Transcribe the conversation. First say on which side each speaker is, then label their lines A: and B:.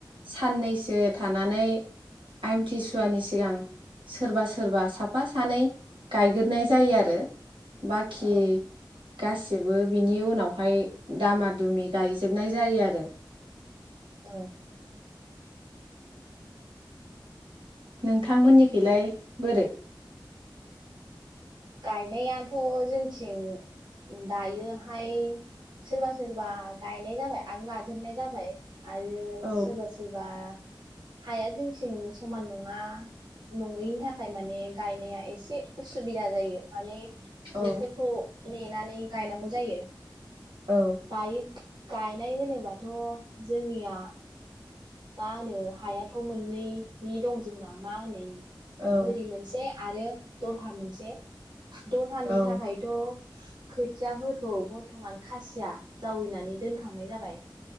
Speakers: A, on the right (about 85°); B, on the right (about 65°).
A: साननैसो थानानै आमथिसुवानि सिगां सोरबा सोरबा साफा सानै गायग्रोनाय जायो आरो बाखि
B: औ
A: गास जोबो बिनि उनाव हाय दामा दुमि गायजोबनाय जायो आरो
B: औ
A: नोंथांमोननि खैलाय बोरै?
B: गायनायाथ' जोंथिं दायोहाय सोरबा सोरबा गायनाय जाबाय आं लाजेननाय जाबाय। आरो
A: औ
B: सोरबा सोरबा हाया जोंथिं समान नङा नङैनि थाखाय माने गायनाया एसे उसुबिदा। जायो माने
A: औ
B: बोथोरखौ नेनानै नि गायनांगौ जायो।
A: औ
B: दायो गायनाय होनोबाथ' जोंनिया मा होनो हायाथ' मोननैनि दं जोंना मा होनो?
A: औ
B: बोरि मोनसे आरो दरहा मोनसे दहानि
A: औ
B: थाखायथ' खोथियाफोरखौ बर्थमान खासिया जावैनानै दोनखांनाय जाबाय।